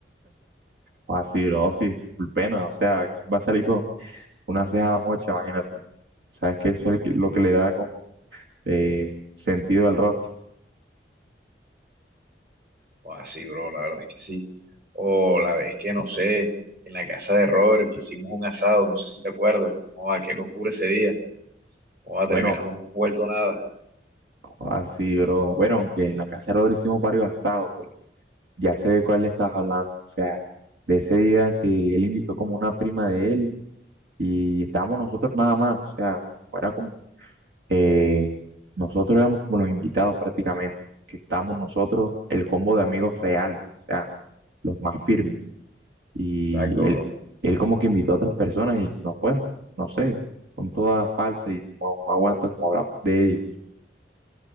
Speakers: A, on the right; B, on the right.
A: Así, bro, sí, por pena, o sea, ¿quién va a salir con una ceja mocha? Imagínate. ¿Sabes qué? Eso es lo que lo que le da como, eh, sentido al rostro.
B: O así, bro, la verdad es que sí. O la vez que, no sé, en la casa de Robert que hicimos un asado, no sé si te acuerdas. Joda, qué locura ese día. Joda,
A: Bueno,
B: terminamos vuelto nada.
A: así, bro. Bueno, aunque en la casa de Rodri hicimos varios asados, pero Ya sé de cuál le estás hablando, o sea, de ese día que él invitó como una prima de él y estábamos nosotros nada más, o sea, era como, eh, nosotros éramos como los invitados prácticamente, que estábamos nosotros, el combo de amigos reales, o sea, los más firmes, y
B: Exacto, bro.
A: él, él como que invitó a otras personas y no fueron, pues, no sé, son todas falsas y no, no aguanta como hablar de ellos.